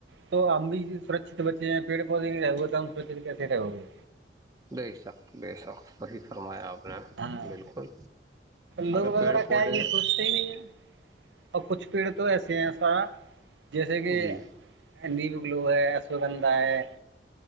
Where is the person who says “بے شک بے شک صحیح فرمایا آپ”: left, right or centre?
Right